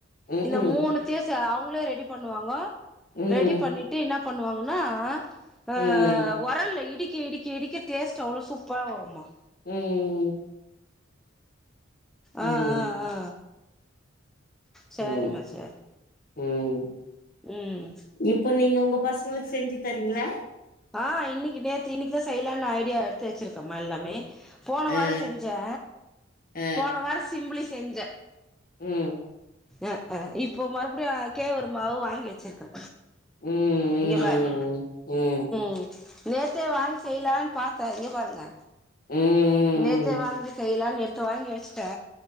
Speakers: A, on the left; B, in the centre.
A: ம்ஹ்ம்
B: இந்த மூணுத்தையு ச அவங்களே ரெடி பண்ணுவாங்க
A: ம்
B: ரெடி பண்ணிட்டு என்ன பண்ணுவாங்கன்னா ஆ
A: ம்
B: உரல்ல இடிச்சி இடிச் இடிக்க இடிக்க டேஸ்ட் அவ்வளோ சூப்பராக வருமா
A: ம் ம்
B: ஆ ஆ ஆ சேரிம்மா
A: ம்
B: சேரி
A: ம்
B: ம்
A: இப்போ நீங்க உங்க பசங்களுக்கு செஞ்சு தாறிங்களா
B: ஆ இன்னைக்கு நேத்து இன்னைக்குதா செய்யலான்னு ஐடியா எடுத்து வச்சிருக்கேமா எல்லாமே போன வாரோ
A: ஆ
B: செஞ்சே
A: ஆ
B: போன வாரோ சிம்பிலி செஞ்சே
A: ம்
B: ஆ ஆ இப்போ மறுபடியு அதுக்கே ஒரு மாவு வாங்கி வச்சிருக்கே
A: ம்
B: இங்கே பார்
A: ம்
B: ம் நேரத்தே வாங்க செய்யலான்னு பார்த்தே இங்கே பாருங்க
A: ம் ம்
B: நேத்தே வாங்கி செய்லான்னு எடுத்து வாங்கி வச்சிட்டே